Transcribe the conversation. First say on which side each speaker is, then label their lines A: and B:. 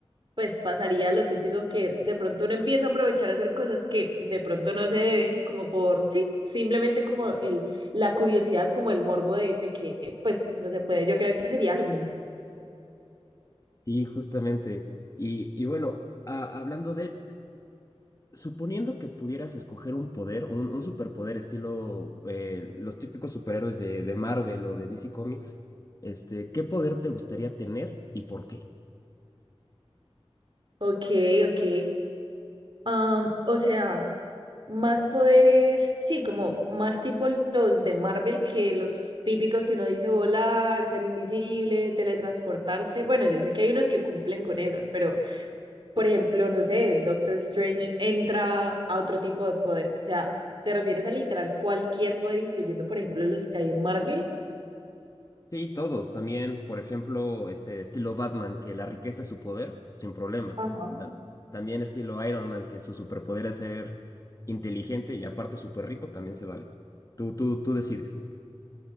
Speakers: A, on the right; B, on the left.
A: pues pasaría lo típico que de pronto uno empieza a aprovechar a hacer cosas que de pronto no se deben, como por, sí, simplemente como el, la curiosidad, como el morbo de, de que, pues, no se puede. Yo creo que sería lo mismo.
B: Sí, justamente. Y, y bueno, a- hablando de, Suponiendo que pudieras escoger un poder, un, un superpoder estilo eh, los típicos superhéroes de, de Marvel o de DC Comics, este, ¿qué poder te gustaría tener y por qué?
A: Ok, ok. Am, o sea, más poderes, sí, como más tipo los de Marvel que los típicos que uno dice volar, ser invisible, teletransportarse. Bueno, yo sé que hay unos que cumplen con esas, pero por ejemplo, no sé, Doctor Strange entra a otro tipo de poder. O sea, ¿te refieres a literal cualquier poder, incluyendo, por ejemplo, los que hay en Marvel?
B: Sí, todos. También, por ejemplo, este estilo Batman, que la riqueza es su poder, sin problema.
A: Ajá.
B: Tam- también estilo Iron Man, que su superpoder es ser inteligente y aparte súper rico, también se vale. Tú, tú, tú decides.